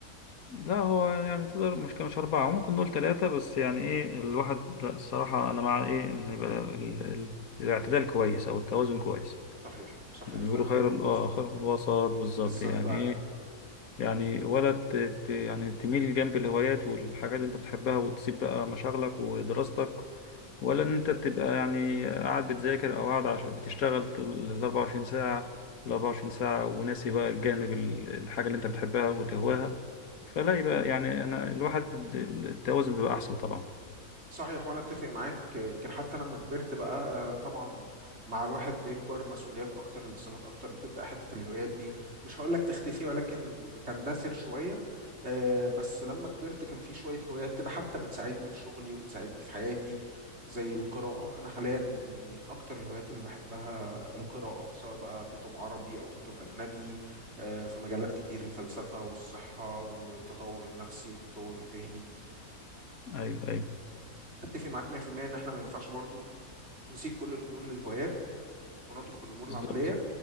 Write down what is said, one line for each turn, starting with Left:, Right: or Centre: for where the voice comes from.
Left: لا هو يعني تقدر مش كانش أربعة ممكن نقول تلاتة بس يعني إيه الواحد لا الصراحة أنا مع إيه إن يبقى ال... ال... الاعتدال كويس أو التوازن كويس
Right: صحيح صحيح
Left: يعني بيقولوا
Right: خير
Left: خير
Right: الامور
Left: ال...
Right: الوسط
Left: آه خير الوسط بالظبط
Right: بالظبط
Left: يعني
Right: آه.
Left: إيه يعني ولا ت... ت... يعني تميل جنب الهوايات والحاجات اللي أنت بتحبها وتسيب بقى مشاغلك ودراستك ولا ان انت بتبقى يعني قاعد بتذاكر او قاعد عشان بتشتغل طول ال 24 ساعة ال 24 ساعة وناسي بقى الجانب ال- الحاجة اللي انت بتحبها وتهواها فلا يبقى يعني انا الواحد التوازن بيبقى احسن طبعا
Right: صحيح وانا اتفق معاك يمكن حتى لما كبرت بقى طبعا مع الواحد بيكبر مسؤوليات اكتر التزامات اكتر بتبدا حته الهوايات دي مش هقول لك تختفي ولكن تندثر شويه آه، بس لما كبرت كان في شويه هوايات كده حتى بتساعدني في شغلي وبتساعدني في حياتي زي القراءه انا حاليا من من اكتر الهوايات اللي بحبها القراءه سواء بقى كتب عربي او كتب اجنبي آه، في مجالات كتير الفلسفه والصحه والتطور النفسي والتطور الذهني
Left: ايوه ايوه
Right: اتفق معاك 100% ان احنا ما ينفعش برضو نسيب كل الامور للهوايات ونترك الامور
Left: بالظبط
Right: العمليه